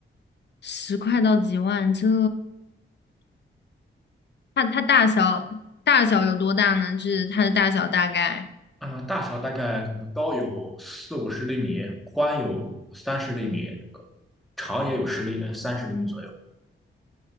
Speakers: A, on the left; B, in the centre.
A: 十块到几万，这它它大小大小有多大呢？就是它的大小大概
B: 啊，大小大概可能高有四五十厘米，宽有三十厘米，长也有十厘呃三十厘米左右。